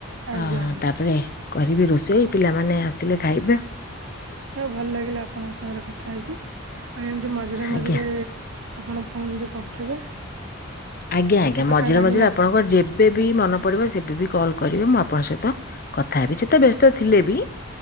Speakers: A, on the right (about 65°); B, on the left (about 40°).
A: ଆଜ୍ଞା
B: ଆଁ
A: ଆଜ୍ଞା
B: ତାପରେ କରିବି ରୋଷେଇ, ପିଲାମାନେ ଆସିଲେ ଖାଇବେ।
A: ହଉ ଭଲ ଲାଗିଲା ଆପଣଙ୍କ ସାଙ୍ଗରେ କଥା ହେଇକି। ଆଉ ଏମିତି ମଝିରେ
B: ଆଜ୍ଞା।
A: ମଝିରେ ଆପଣ ଫୋନ ବି କରୁଥିବେ।
B: ଆଜ୍ଞା
A: କେତେ
B: ଆଜ୍ଞା।
A: କଥା
B: ମଝିରେ
A: ଜାଣିବାକୁ
B: ମଝିରେ ଆପଣଙ୍କ ଯେବେ ଯେବେ ବି ମନ ପଡିବ ସେବେ ବି କଲ୍ କରିବେ, ମୁଁ ଆପଣଙ୍କ ସହିତ କଥା ହେବି। ଯେତେ ବ୍ୟସ୍ତ ଥିଲେ ବି